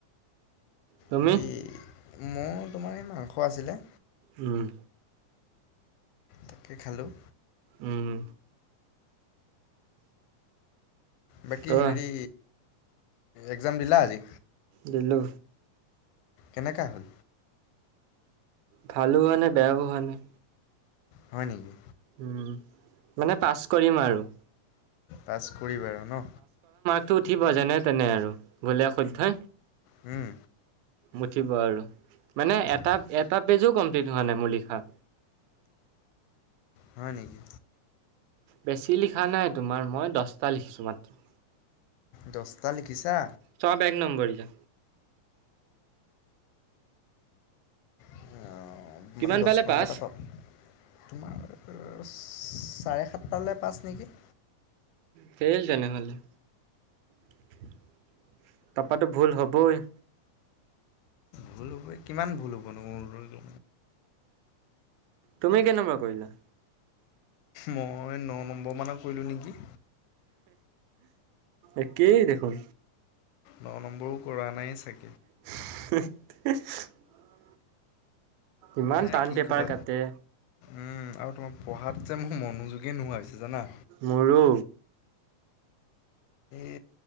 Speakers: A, on the right; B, on the left.
A: তুমি
B: হেৰি, মোৰ তোমাৰ এই মাংস আছিলে।
A: উ'ম।
B: তাকে খালোঁ।
A: উম।
B: বাকী
A: কোৱা
B: হেৰি, এক্জাম দিলা আজি?
A: দিলো।
B: কেনেকোৱা হ'ল?
A: ভালো হোৱা নাই, বেয়াও হোৱা নাই।
B: হয় নেকি?
A: উম মানে পাছ কৰিম আৰু।
B: পাছ কৰিবা আৰু ন।
A: টো উঠিব যেনে তেনে আৰু ভূলে শুদ্ধই।
B: উম।
A: মুঠিব আৰু মানে
B: ঠিক
A: এটা, এটা পেজো কম স্পিড হোৱা নাই মোৰ লিখা।
B: হয় নেকি।
A: বেছি লিখা নাই, তোমাৰ মই দছটা লিখিছোঁ মাত্ৰ।
B: দছটা লিখিছা?
A: চব এক নম্বৰীয়া
B: অ',
A: কিমান
B: মানে দছ
A: পালে
B: নম্বৰত
A: পাছ
B: এটা পাওঁ, তোমাৰ চাৰে সাতটা পালে পাছ নেকি?
A: সেই, তেনেহ'লে। তাৰপৰাতো ভুল হ'বই।
B: ভুল কিমান ভুল হ'ব মোৰ <inaudible>
A: তুমি কেনেকোৱা কৰিলা?
B: মই ন নম্বৰ মানৰ কৰিলোঁ নেকি।
A: একেই দেখোন।
B: ন নম্বৰও কৰা নাই চাগে।
A: <unintelligible> ইমান
B: এ
A: টান
B: কি
A: পেপাৰ
B: ক'বা
A: কাটে।
B: উম আৰু তোমাৰ পঢ়াত যে মোৰ মনোযোগে নোহোৱা হৈছে জানা।
A: মোৰো।
B: এ